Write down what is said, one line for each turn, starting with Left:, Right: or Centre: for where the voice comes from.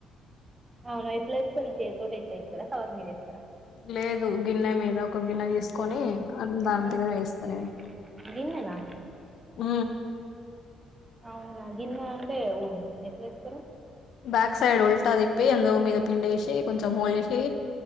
Right: అవును ఎట్ల ఇస్తారు చేతితోట ఎట్లా ఇస్తార కవర్ మీద వేస్తారా
Left: లేదు గిన్నె మీద ఒక గిన్నె తీసుకొని దాని
Right: ఆ,
Left: మీద వేస్తా నేను
Right: <unintelligible>
Left: ఆ
Right: అవున గిన్న అంటే ఎట్ల ఎస్తరు
Left: బ్యాక్ సైడ్ ఉల్ట తిప్పి అందు మీద పిండి వేసి కొంచెం ఆయిల్ చేసి